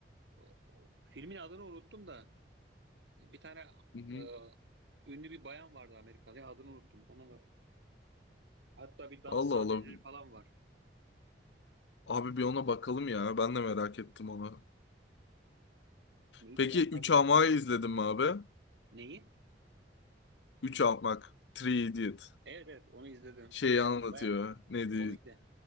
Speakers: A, on the right (about 85°); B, on the left (about 80°).
A: O- o- filmin adını unuttum da bir tane
B: Hı hı.
A: e, ünlü bir bayan vardı Amerikalı. Ya Adını unuttum. Ona hatta bir dans
B: Allah
A: sahneleri
B: Allah.
A: falan var.
B: Abi bir ona bakalım ya. Ben de merak ettim onu.
A: Neydi
B: Peki
A: ya kadın
B: 3 Ama'yı
A: ismi?
B: izledin mi abi?
A: Neyi?
B: Üç Almak. Three Idiot.
A: Evet evet onu izledim.
B: Şeyi anlatıyor.
A: Baya
B: Neydi?
A: komik de.